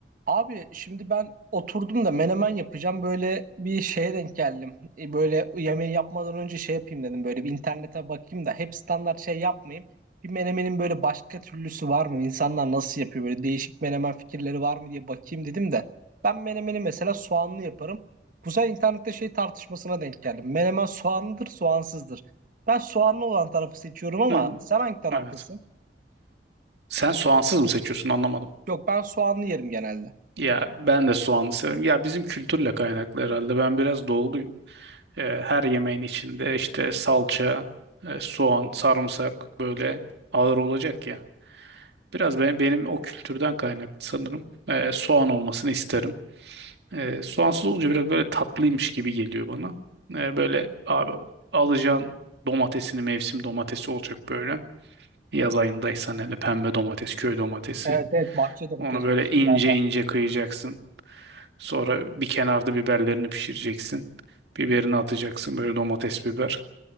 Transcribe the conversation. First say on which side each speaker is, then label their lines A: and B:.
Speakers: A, on the right; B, on the right.
A: Abi şimdi ben oturdum da menemen yapacağım. Böyle bir şeye denk geldim. E, Böyle yemeği yapmadan önce şey yapayım dedim. Böyle bir internete bakayım da hep standart şey yapmayayım. Bir menemenin böyle başka türlüsü var mı? İnsanlar nasıl yapıyor? Böyle değişik menemen fikirleri var mı diye bakayım dedim de. Ben menemeni mesela soğanlı yaparım. Bu sefer internette şey tartışmasına denk geldim. Menemen soğanlıdır, soğansızdır. Ben soğanlı olan tarafı seçiyorum ama
B: Hı hı,
A: sen hangi taraftasın?
B: evet. Sen soğansız mı seçiyorsun anlamadım.
A: Yok ben soğanlı yerim genelde.
B: Ya ben de soğanı severim. Ya bizim kültürle kaynaklı herhalde. Ben biraz doğuluyum. Ee, her yemeğin içinde işte salça, e, soğan, sarımsak böyle ağır olacak ya. Biraz be- benim o kültürden kaynaklı sanırım. Ee, soğan olmasını isterim. Ee, soğansız olunca biraz böyle tatlıymış gibi geliyor bana. Ee, böyle abi alacaksın domatesini mevsim domatesi olacak böyle. Yaz ayındaysan hele pembe domates, köy domatesi.
A: Evet evet bahçe domatesi
B: Onu böyle
A: o şeylerden.
B: ince ince kıyacaksın. Sonra bir kenarda biberlerini pişireceksin. Biberini atacaksın böyle domates biber.